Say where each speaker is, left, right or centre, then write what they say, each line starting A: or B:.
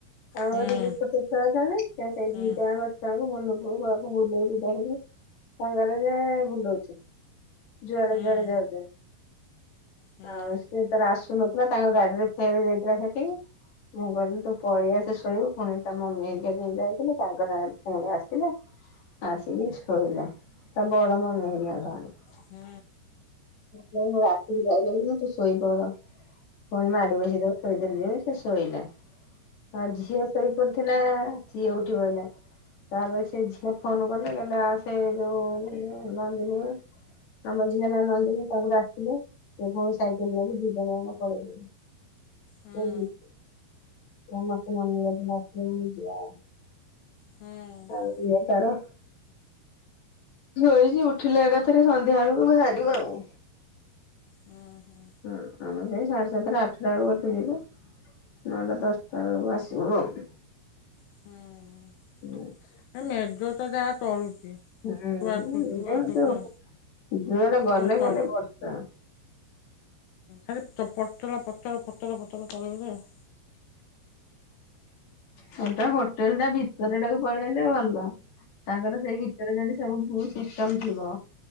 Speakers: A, on the left; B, on the left.
A: ଆମର
B: ହୁଁ
A: ଦିଦି ଛୋଟ ଛୁଆ ଅଛନ୍ତି ସେଇ
B: ହୁଁ
A: ଦିଟାର
B: ହୁଁ
A: ଛୁଆଙ୍କୁ ମନ କୁ ତାକୁ ବୁଲାଉଛନ୍ତି କି ତାକୁ ସାଙ୍ଗରେ ରେ ଯେ ଭୁଲଉଛି ଜୁଆଡ
B: ହୁଁ
A: ଜୁଆଡ ଯାଉଛନ୍ତି
B: ହୁଁ ହୁଁ ହୁଁ
A: ଆଉ ସେ ର ଆସୁନଥିଲା ତାଙ୍କ ଗାଡିରେ ଫେରି ଯାଇଥିଲା ସେଠି ମୁଁ କହିଲି ତୁ ପଳେଇଆସେ ଶୋଇବୁ ପୁଣି ତା ମମି ଯାଇଥିଲି ତାଙ୍କ ସାଙ୍ଗରେ ପୁଣି ଆସିଲା ଆସିକି ଶୋଇଲା ତା ବଡ଼ ମମୀ ହେରିକା ସାଙ୍ଗରେ
B: ହୁଁ
A: ମୁଁ ରାତିକି ଯାଇପାରିବିନି ଶୋଇପଡ ପୁଣି ମାଡି ବସିକି ତାକୁ ଖୁଏଇଦେଲି ଜେ ସେ ଶୋଇଲା ଆଁ ଝିଅ ଶୋଇ ପଡିଥିଲା ସିଏ ଉଠିପଡ଼ିଲା ତାପରେ ସେ ଝିଅ ଫୋନ୍ କଲେ କହିଲେ ଆସେ ଯେଉ ନଅନ୍ଦିନି ଆମର ଝିଅ ନା ନନ୍ଦିନୀ ତାକୁ ଡାକିଲେ ସେ ପୁଣି ସାଇକେଲ ନେଇକି ଦି ଜଣ ଯାକ ପଳେଇଲେ
B: ହୁଁ
A: <unintelligible>
B: ହୁଁ
A: ହଉ ସିଏ ତାର ଧୋଇଛି ଉଠିଲେ ଏକାଥରେ ସନ୍ଧ୍ୟାବେଳକୁ ବାହାରିବୁ ଆଉ
B: ହଁ ହୁଁ
A: ହଁ ଆମେ ଯାଇ ସାଢେ ସାତଟା ଆଠଟା ବେଳକୁ ଏଠୁ ଯିବୁ ନଅଟା ଦଶଟା ବେଳକୁ ଆସିବୁ ଆଉ
B: ହଁ
A: ହ
B: <unintelligible>
A: <unintelligible>
B: ଥୁଆଥୁ ଥୁଆଥୁ ଥୁଆ
A: ଯୁଆଡେ ଗଲେ
B: ଯୋଉ ତ
A: ଖାଲି ବର୍ଷା।
B: ହୁଁ ଖ ପତର ପତର ପତର ପତର <unintelligible>
A: ହ ଟ ହୋଟେଲ ଟା ଭିତରେ ଟାକୁ ପଳେଇଲେ ଭଲ ତାଙ୍କର ସେଇ ଭିତରେ ଯଦି ସବୁ ଭୁଲ ସିଷ୍ଟମ ଥିବ।